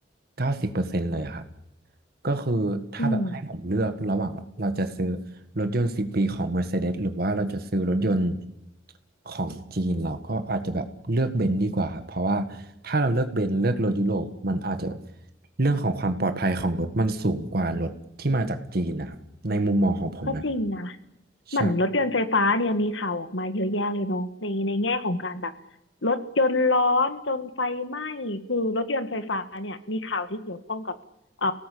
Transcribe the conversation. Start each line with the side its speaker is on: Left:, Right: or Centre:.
Right: เก้าสิบเปอร์เซ็นต์เลยอะครับก็คือถ้าแบบให้ผมเลือกระหว่างเราจะซื้อ
Left: อืม
Right: รถยนต์สิบปีของ Mercedes หรือว่าเราจะซื้อรถยนต์ของจีนเราก็อาจจะแบบเลือกเบนซ์ดีกว่าครับเพราะว่าถ้าเราเลือกเบนซ์เลือกรถยุโรปมันอาจจะแบบเรื่องของความปลอดภัยของรถมันสูงกว่ารถที่มาจากจีนนะครับในมุมมองของผมนะ
Left: ก็จริงนะ เหมือนรถยนต์ไฟฟ้าเนี่ยมีข่าวออกมาเยอะแยะเลยเนาะในในแง่ของการแบบ
Right: ใช่
Left: รถยนต์ร้อนจนไฟไหม้คือรถยนต์ไฟฟ้าเนี่ยมีข่าวที่เกี่ยวข้องกับเอ่อ